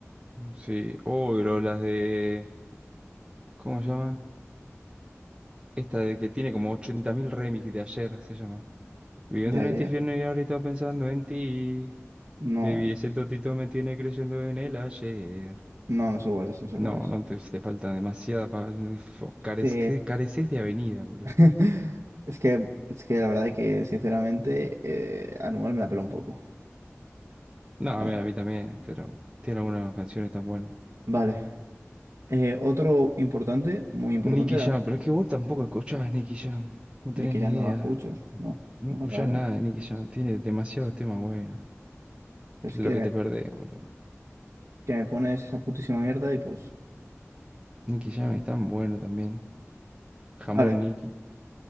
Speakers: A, on the right (about 20°); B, on the right (about 80°).
A: Sí. Oh, pero las de. ¿Cómo se llama? Esta de que tiene como 80.000 remix de ayer, se llama. Viviendo
B: De ayer.
A: en el infierno y ahorita pensando en ti.
B: No,
A: Baby, ese totito me tiene creyendo en el ayer.
B: no, no sé cuál es, no sé cuál
A: No,
B: es.
A: no te, si te falta demasiada. pa- uf, Careces,
B: Sí.
A: careces de avenida, boludo.
B: <laughs> Es que, es que la verdad que sinceramente eh, Anual me la pela un poco,
A: No,
B: sinceramente.
A: a mí, a mí también, pero tiene algunas canciones tan buenas.
B: Vale. Eh, otro importante, muy importante
A: Nicky
B: era,
A: Jam, pero es que vos tampoco escuchás Nicky Jam. No tenés
B: ni que
A: ni
B: ya no
A: idea.
B: la escucho. No,
A: No
B: no,
A: escuchás
B: la verdad que
A: nada
B: no.
A: de Nicky Jam. Tiene demasiados temas buenos.
B: Pero es
A: De
B: que,
A: lo que te perdés, boludo.
B: que me pones esa putísima mierda y pues.
A: Nicky Jam es tan bueno también. Jamón
B: Vale.
A: Nicky.